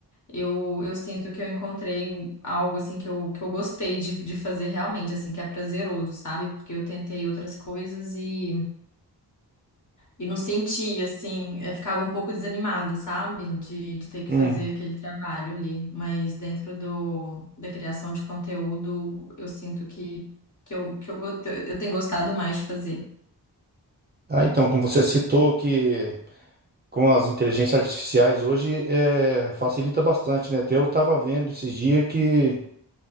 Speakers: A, on the left (about 45°); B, on the right (about 25°).
A: eu, eu sinto que eu encontrei algo assim que eu, que eu gostei de, de fazer realmente, assim, que é prazeroso, sabe? Porque eu tentei outras coisas e, e não sentia, assim, eh, ficava um pouco desanimada, sabe? De, de ter que
B: Hum.
A: fazer aquele trabalho ali. Mas dentro do, da criação de conteúdo, eu sinto que, que, eu, que eu, go- eu tenho gostado mais de fazer.
B: Ah, então, como você citou que com as inteligências artificiais hoje é, facilita bastante, né? Até eu estava vendo esses dias que